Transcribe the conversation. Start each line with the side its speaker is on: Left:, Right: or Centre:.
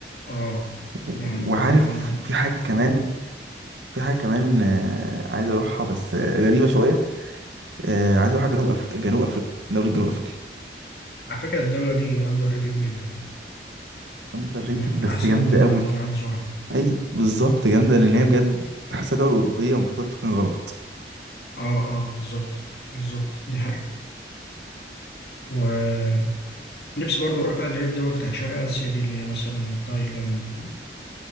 Left: اه
Right: و-
Left: يعني
Right: وعارف
Left: مم...
Right: في حاجة كمان في حاجة كمان آه، عايز أروحها بس آه، غريبة شوية آه، عايز أروح جنوب أف... جنوب أفريقيا دولة جنوب أفريقيا
Left: على فكرة الدولة دي أندر ريتد جدا
Right: أندر ريتد
Left: من من
Right: بس
Left: أحسن
Right: جامدة
Left: الدول
Right: قوي
Left: اللي ممكن الواحد يزورها
Right: أي بالظبط جامدة لأن هي بجد تحسها دولة أوروبية ومحطوطة في مكان غلط
Left: اه اه بالظبط بالظبط دي حقيقة و نفسي برضه أروح بقى اللي هي الدول بتاعت شرق آسيا دي اللي هي مثلا تايلاند